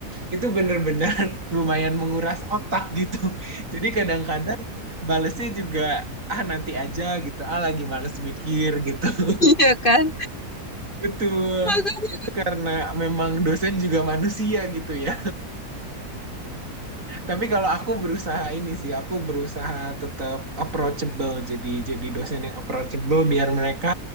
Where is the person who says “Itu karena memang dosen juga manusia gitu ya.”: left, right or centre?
Right